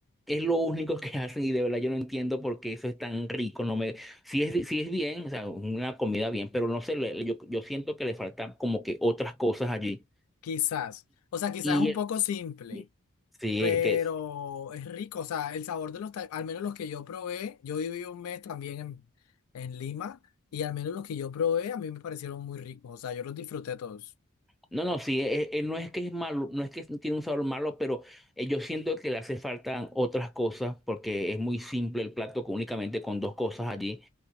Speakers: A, in the centre; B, on the left (about 85°).
A: Es lo único que <laughs> hacen y de verdad yo no entiendo por qué eso es tan rico. No me, si es, si es bien, o sea, una comida bien, pero no sé, le- yo, yo siento que le faltan como que otras cosas allí.
B: Quizás. O sea, quizás
A: Y,
B: es un poco simple,
A: Sí. Sí,
B: pero
A: es que,
B: es rico. O sea, el sabor de los tacos, al menos los que yo probé, yo viví un mes también en, en Lima y al menos los que yo probé a mí me parecieron muy ricos. O sea, yo los disfruté todos.
A: no, no, sí, eh, eh, no es que es malo, no es que tiene un sabor malo, pero eh, yo siento que le hace falta otras cosas porque es muy simple el plato con- únicamente con dos cosas allí.